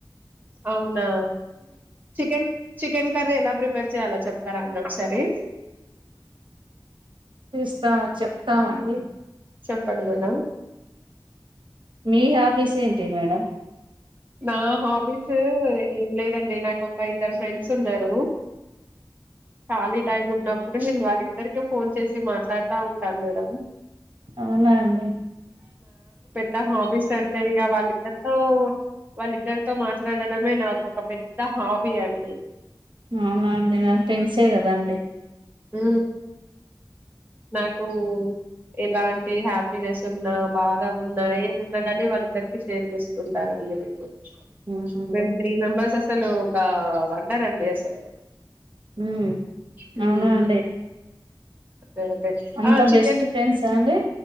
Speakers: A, on the right (about 20°); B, on the right (about 80°).
A: అవునా చికెన్ చికెన్ కర్రీ ఎలా ప్రిపేర్ చేయాలో చెప్తారా అండి. ఒకసారి
B: ఇస్తాం చెప్తామండి
A: చెప్పండి మేడం
B: మీ హాబీస్ ఏంటి మేడం
A: నా హాబీస్ ఏం లేదండి. నాకోక ఇద్దరు ఫ్రెండ్స్ ఉన్నారు. ఖాళీ టైం ఉన్నప్పుడు నేను వాళ్ళిద్దరికే ఫోన్ చేసి మాట్లాడుతా ఉంటాను మేడం.
B: అవునా అండి
A: త హాబీస్ సండే ఇగా వాల్లిద్దరితో పో వాళ్ళిద్దరితో మాట్లాడడమే నాకొక పెద్ద హాబీ అండి.
B: అవునా అండి మ పెన్సెకదాండి
A: హూ నాకూ ఎలాంటి హ్యాపీనెస్ ఉన్నా, బాధ ఉన్నా, ఏమున్నా గానీ, వాళ్ళిద్దరికే షేర్ చేసుకుంటానండి నేను.
B: అవునండి
A: మేం త్రీ మెంబర్సస్ అస్ అసలు ఒక వండర్ అండి అసలు
B: ఊ
A: హ్మ్.
B: అవునా అండి.
A: అదే అదే
B: అంత
A: ఆ చికెన్
B: బెస్ట్ ఫ్రెండ్సా అండి